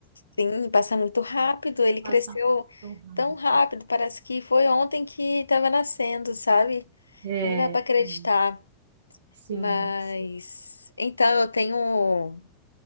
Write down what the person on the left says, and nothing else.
Sim, passa muito rápido.
Ele cresceu
tão rápido, parece que foi ontem que estava nascendo, sabe?
Nem dá pra acreditar,
mas
então eu tenho,